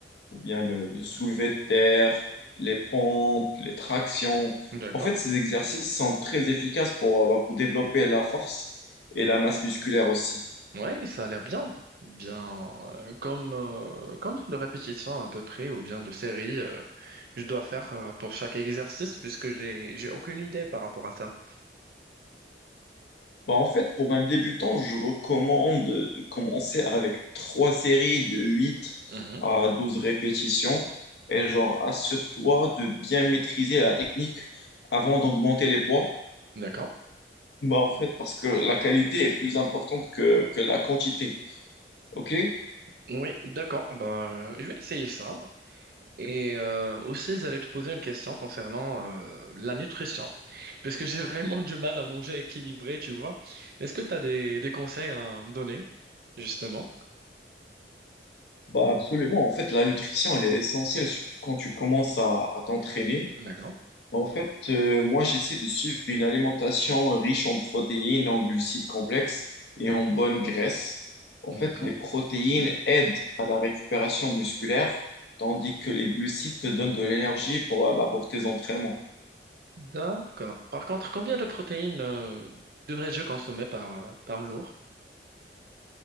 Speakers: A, on the left (about 70°); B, on the right (about 55°).
A: ou bien le, le soulevé de terre, les pompes, les tractions.
B: D'accord.
A: En fait, ces exercices sont très efficaces pour, euh, bah, pour développer la force et la masse musculaire aussi.
B: Ouais, ça a l'air bien. Bien, euh, comme euh, combien de répétitions à peu près ou bien de séries euh, je dois faire euh, pour chaque exercice puisque j'ai j'ai aucune idée par rapport à ça.
A: Bah, en fait, pour un débutant, je recommande de, de commencer avec trois séries de huit
B: Mhm.
A: à douze répétitions. Et genre, assure-toi de bien maîtriser la technique avant d'augmenter les poids.
B: D'accord.
A: Bah, en fait, parce que la qualité est plus importante que, que la quantité. OK?
B: Oui, d'accord. Bah, je vais essayer ça. Et euh, aussi, j'allais te poser une question concernant euh, la nutrition, parce que j'ai vraiment du mal à manger équilibré, tu vois. Est-ce que tu as des, des conseils à me donner, justement?
A: Bah, absolument. En fait, la nutrition, elle est essentielle, surtout quand tu commences à, à t'entraîner.
B: D'accord,
A: En fait, euh, moi, j'essaie de suivre une alimentation riche en protéines, en glucides complexes et en bonnes graisses. En
B: d'accord,
A: fait, les protéines aident à la récupération musculaire, tandis que les glucides te donnent de l'énergie pour, ah bah, pour tes entraînements.
B: d'accord. Par contre, combien de protéines euh, devrais-je consommer par, euh, par jour?